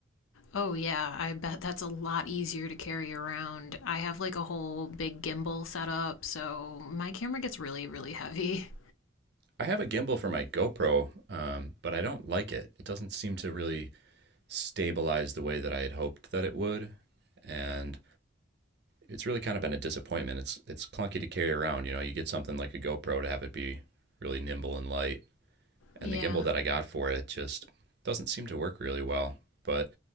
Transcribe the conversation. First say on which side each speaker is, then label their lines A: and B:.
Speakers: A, on the left; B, on the right.
A: Oh, yeah, I bet that's a lot easier to carry around. I have like a whole big gimbal set up, so my camera gets really, really heavy. <laughs>
B: I have a gimbal for my GoPro, um, but I don't like it. It doesn't seem to really stabilize the way that I had hoped that it would, and it's really kind of been a disappointment. It's it's clunky to carry around. You know, you get something like a GoPro to have it be really nimble and light, and
A: Yeah.
B: the gimbal that I got for it just doesn't seem to work really well. But